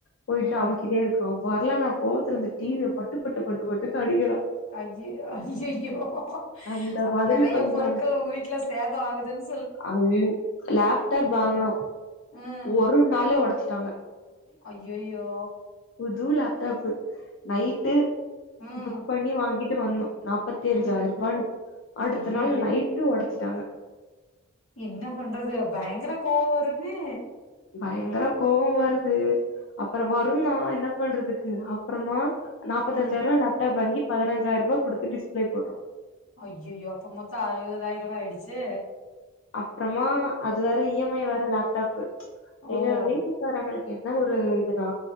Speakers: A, on the left; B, on the left.
A: போய்ட்டு
B: ம்
A: அமுக்கிட்டே இருக்கா வர்லனா கோவத்துல அந்த டி வீய பட்டு பட்டு பட்டுப்பட்டுனு அடிக்கிறா
B: ஐய்ய ஐய்யய்யோ
A: அந்த
B: அப்ப
A: மாதிரி
B: நெறைய
A: பண்றா
B: பொருட்கள் உங்க வீட்ல சேதோ ஆகுதுன்
A: ஐயோ லேப்டாப் வாங்கணோ
B: ம்
A: ஒரு நாள்லயே ஒடச்சுட்டாங்க
B: அய்யய்யோ
A: புது லேப்டாப்பு நைட்டு
B: ம்
A: புக் பண்ணி வாங்கிட் டு வந்தோ நாப்பத்தி அஞ்சாய்ருபானு
B: ம்
A: அடுத்த
B: ஐயையோ
A: நாள் நைட்டு ஒடச்சிட்டாங்க
B: என்ன பண்றது பயங்கர கோவோ வருமே
A: பயங்கர கோவோ வருது அப்பறோ வருதா என்ன பண்றதுக்கு அப்றமா நாப்பத்தஞ்ஞாய்ருவா
B: ஆ
A: லேப்டாப் வாங்கி பதினஞ்சாய்ருபா குடுத்து டிஸ்ப்லே போட்டோ
B: அய்யய்யோ அப்ப மொத்தோ அறுவதாய்ருவா ஆய்டுச்சு
A: அப்றமா அது வேற இ எம் ஐ வேற லேப்டாப்பு எங்க
B: ஓ
A: வீட்டு காறங்ளுக்கு என்ன ஒரு இதுனா